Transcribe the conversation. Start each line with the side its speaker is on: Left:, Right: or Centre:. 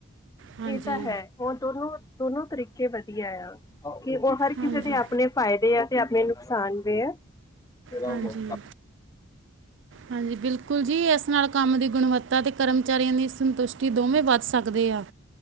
Right: ਹਾਂਜੀ
Left: ਏਅ ਤਾਂ ਹੈ। ਉਹ ਦੋਨੋ-ਦੋਨੋ ਤਰੀਕੇ ਵਦੀਐ ਆ, ਕੇ ਉਹ ਹਰ
Right: ਹਾਂਜੀ
Left: ਕਿਸੇ ਦੇ ਆਪਨੇ ਫਾਇਦੇ ਆ ਤੇ ਆਪਨੇ ਨੁਕਸਾਨ ਵੀ ਆ, ਫਿਰ
Right: ਹਾਂਜੀ
Left: ਆਪ ਉਹ
Right: ਹਾਂਜੀ, ਬਿਲਕੁਲ ਜੀ, ਇਸ ਨਾਲ ਕੰਮ ਦੀ ਗੁਣਵੱਤਾ ਅਤੇ ਕਰਮਚਾਰੀਆਂ ਦੀ ਸੰਤੁਸ਼ਟੀ ਦੋਵੇਂ ਵੱਧ ਸਕਦੇ ਆ।